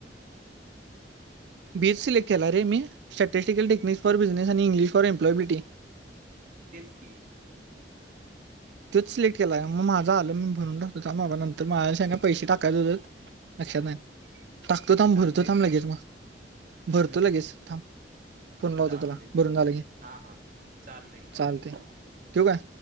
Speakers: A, on the right; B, on the right.
A: बीएस सिलेक्ट केला र मी स्टॅटिस्टिकल टेक्निकस फॉर बिझनेस आणि इंग्लिश फॉर एम्पलॉयिलटी
B: तेचकीी
A: तोच सिलेक्ट केला मग माझा आलं मी भरून टाकतो नंतर मला सांगा पैसे टाकायच होात लक्षात नाही टाकतो थांब
B: टाकलंयस
A: भरतो थांब
B: का
A: लगेच
B: नाही
A: मग भरतो
B: हम्म
A: लगेच थांब फोन लावत
B: चालते
A: तुला भरून झालं की
B: हां हां चालते
A: चालते ठेव काय